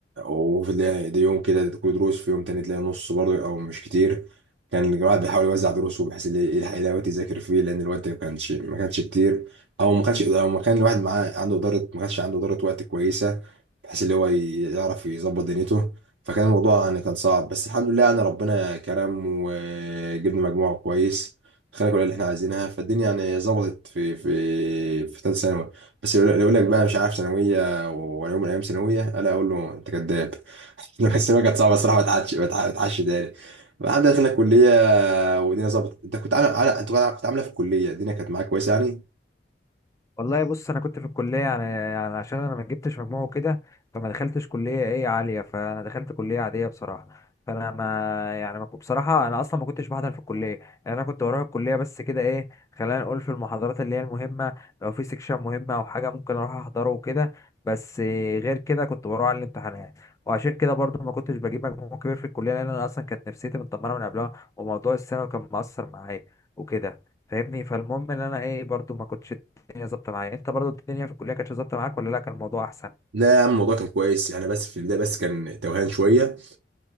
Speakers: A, on the right; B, on the left.
A: وفي ده, ده يوم كده كله دروس في يوم تاني تلاقي نص برضه أو مش كتير كان الواحد بيحاول يوزع دروسه بحيث إن يلحق يلاقي وقت يذاكر فيه لأن الوقت ما كانش ما كانش كتير أو ما كانش أو ما كان الواحد معاه عنده إدارة ما كانش عنده إدارة وقت كويسة بحيث اللي هو ي- يعرف يظبط دنيته فكان الموضوع يعني كان صعب بس الحمد لله يعني ربنا كرم وجبنا مجموعة كويس خلينا كل اللي احنا عايزينها فالدنيا يعني ظبطت في في في ثالثة ثانوي بس اللي يقول لك بقى مش عارف ثانوية ولا يوم من أيام ثانوية ألا أقول له أنت كذاب <laughs> بس الثانوية كانت صعبة الصراحة ما تعادش ما تع- ما تعادش تاني بعد دخلنا الكلية والدنيا ظبطت أنت كنت عامل عامل- أنت كنت عاملة في الكلية الدنيا كانت معاك كويسة يعني
B: والله بص انا كنت في الكليه يعني يعني عشان انا ما جبتش مجموع وكده فما دخلتش كليه ايه عاليه فانا دخلت كليه عاديه بصراحه فانا ما يعني ما كنت- بصراحه انا اصلا ما كنتش بحضر في الكليه يعني انا كنت بروح الكليه بس كده ايه خلينا نقول في المحاضرات اللي هي المهمه لو في سيكشن مهم او حاجه ممكن اروح احضره وكده بس غير كده كنت بروح على الامتحانات وعشان كده برضو ما كنتش بجيب مجموع كبير في الكليه لان انا اصلا كانت نفسيتي متدمره من قبلها وموضوع الثانوي كان مأثر معايا وكده فاهمني فالمهم ان انا ايه برضو ما كنتش الدنيا ظابطه معايا انت برضو الدنيا في الكليه كانت ظابطه معاك ولا لا كان الموضوع احسن
A: لا يا عم الموضوع كان كويس يعني بس في البداية بس كان توهان شوية